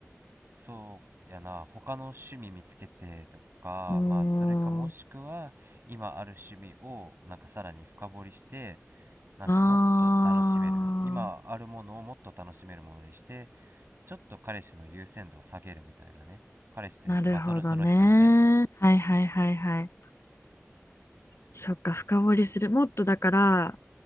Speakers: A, on the right; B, on the left.
A: そうやな、他の趣味見つけてとか、
B: う。うー
A: まあそれかもしくは今ある趣味をなんかさらに深掘りして、
B: ん
A: なんかもっと楽しめる、
B: あ
A: 今あるものをもっと楽しめるものにして、ちょっと彼氏の優先度を下げるみたいなね彼氏というかまあその、
B: ー、なるほどね。
A: その人のね
B: はいはいはいはい。そっか、深掘りする。もっとだから、